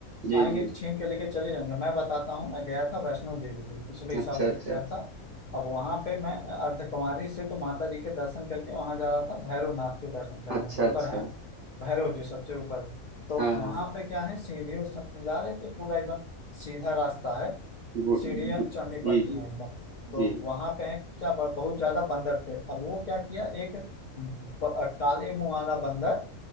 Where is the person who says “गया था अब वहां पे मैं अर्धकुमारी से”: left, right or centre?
Left